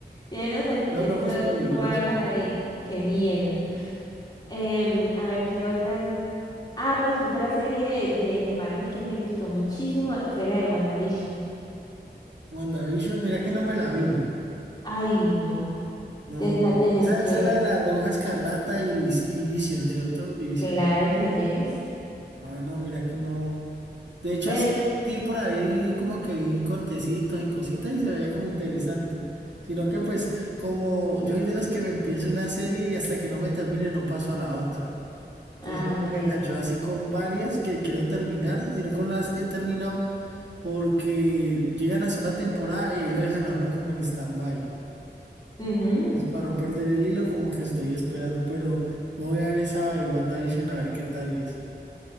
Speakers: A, on the left; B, on the right.
A: Tiene unos fetiches
B: dos locos
A: todos
B: peligrosos.
A: raros ahí. Qué miedo. Em, a ver, ¿qué otra? Ah, pues otra serie de, de Marvel que me gustó muchísimo fue la de WandaVision.
B: WandaVision, mira que no me la vi.
A: Ay, no.
B: No,
A: Te la
B: no,
A: tenés
B: esa,
A: que
B: esa
A: ver.
B: es la de la bruja escarlata y, Vis- y Vision, ¿cierto? Y Visión.
A: Claro que yes.
B: Ah, no, mira que no. De hecho,
A: Pero,
B: así,
A: Sí.
B: sí, por ahí como que vi cortecitos y cositas y se veía como interesante. Sino que pues como yo soy de los que me empiezo una serie y hasta que no me termine no paso a la otra.
A: ah,
B: Entonces esto
A: ok.
B: me enganchó así con varias que quiero terminar, sino que no las he terminado porque llegan hasta una temporada y ahí lo dejan a uno como en stand-by.
A: Ujú.
B: Es para no perder el hilo como que estoy esperando, pero me voy a dar esa de WandaVision a ver qué tal es.